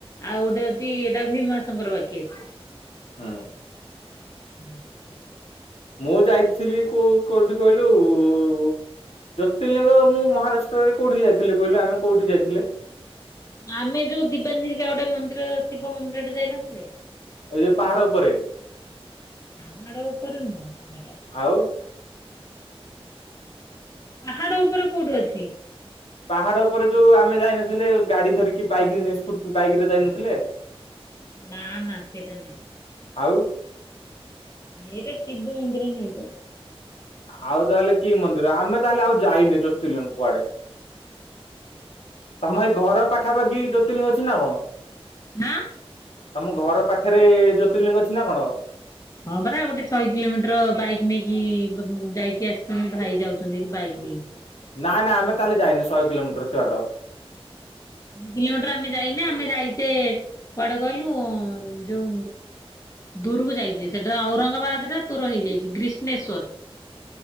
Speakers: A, on the left; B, on the left.
A: ଆଉ ଗୋଟେ ଅଛି ଏଟା ଭୀମାଶଙ୍କର ବାକି ଅଛି।
B: ହୁଁ।
A: <unintelligible>
B: ମୁଁ ଯାଇଥିଲି କୋଉ କୋଉଠି କହିଲୁ ଉଁ ଜ୍ୟୋତିର୍ଲିଙ୍ଗ ମୁଁ ମହାରାଷ୍ଟ୍ରରେ କୋଉଠିକି ଯାଇଥିଲି କହିଲୁ ଆମେ କୋଉଠି ଯାଇଥିଲେ।
A: ଆମେ ଯୋଉ ଦିବାନି ହେରିକା ଗୋଟେ ମନ୍ଦିର ଶିବ ମନ୍ଦିରଟେ ଯାଇନଥିଲେ।
B: ଏଇ ଯୋଉ ପାହାଡ ଉପରେ।
A: ପାହାଡ଼ ଉପରେ ନୁହଁ ହେଟା।
B: ଆଉ
A: ପାହାଡ ଉପରେ କୋଉଠି ଅଛି।
B: ପାହାଡ ଉପରେ ଯୋଉ ଆମେ ଯାଇନଥିଲେ ଗାଡି ଧରିକି ବାଇକ ରେ ସ୍କୁ ବାଇକରେ ଯାଇନଥିଲେ।
A: ନା ନା ସେଟା ନାଇଁ।
B: ଆଉ
A: ହେଇଟା ଶିବ ମନ୍ଦିର ନାହିଁ ତ।
B: ଆଉ ତାହେଲେ କି ମନ୍ଦିର ଆମେ ତାହେଲେ ଆଉ ଯାଇନି ଜ୍ୟୋତିଲିଙ୍ଗ କୁଆଡେ? ତମ ହେଇ ଘର ପାଖାପାଖି ଜ୍ୟୋତିର୍ଲିଙ୍ଗ ଅଛି ନା କଣ?
A: ଆଁ
B: ତମ ଘର ପାଖେରେ ଜ୍ୟୋତିର୍ଲିଙ୍ଗ ଅଛି ନା କଣ?
A: ହଁ ପରା ଗୋଟେ ଶହେ କିଲୋମିଟର ବାଇକ୍ ନେଇକି ଯାଇକି ଆସିଛନ୍ତି ଭାଇ ଯାଉଛନ୍ତି ହେରି ବାଇକ୍ ନେଇ
B: ନାଁ ନାଁ ଆମେ ତାହେଲେ ଯାଇନେ ଶହେ କିଲୋମିଟର ଏତେବାଟ।
A: <unintelligible> କିଲୋମିଟର ଆମେ ଯାଇନେ ଆମେ ଯାଇଚେ କୁଆଡେ କହିଲୁ ଯୋଉ ଦୂରୁକୁ ଯାଇଚେ ସେଟା ଔରଙ୍ଗାବାଦ ରେ ତୋର ହେଇଯାଇଚି ଗ୍ରିସ୍ନେଶ୍ଵର।